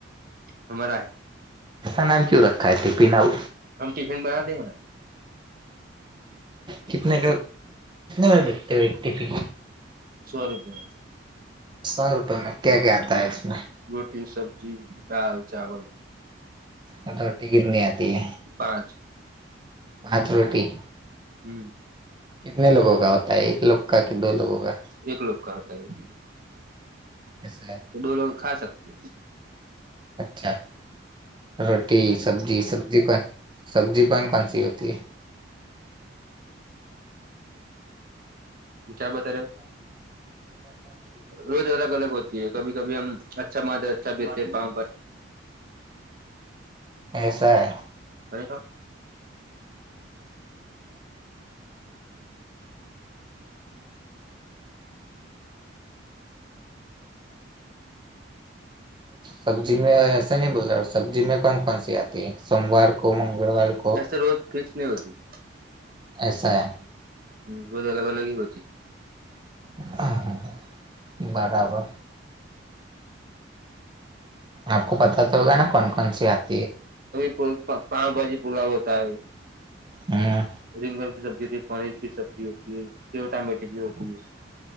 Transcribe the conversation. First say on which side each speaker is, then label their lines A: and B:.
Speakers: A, on the right; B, on the right.
A: અમારા હ
B: એસા નામ ક્યુ રખા તે પિનાઉ
A: હમ ટિફિ બના દે ને
B: કટને બર બેખતે હોય ટિફિન
A: સો રૂપિયા
B: સો રૂપેમાં ક્યા ક્યા આતા એમે
A: રોટી સબજી દાલ ચાવલ
B: અ થોટી કતની આતી
A: પાંચ
B: ભાત રોટી
A: હમ્મ
B: કતને લોકો કા હોતા એક લોકો કે દો લગો કા
A: એક લોક કતા એક
B: એ
A: તો દ લોકો ખા સકતે
B: અચ્છા રોટી સબ્જીી સબ્જીી કોણ સબ્જીી કોણ કન સ હોતી હ
A: ચા બતાારે રોજ અલગ અલગ હોતી હાય કભી કભી હમ અચ્છા માવસ્ બે પા
B: એસા
A: કરી હ
B: સબ્જી મે સ ન બોલ સબ્જી મેં કોન કોન સી આતી સોમવાર કો મંગળવાર કો
A: એસ રોજ ફિક્સ નહી હોતી
B: એસા
A: હમ બજ અલગ અલગ હી હોતી.
B: હા હા બરાબર આપકો પતા તો હોગાને કોન કોન સી હત
A: ક પાંચ બાજે પૂરા હોતા હ
B: હમ્મ
A: રીંગન ક સબ્જીતી પનીર ક સબ્જી હોતી સેવ ટમેટ ક હોતી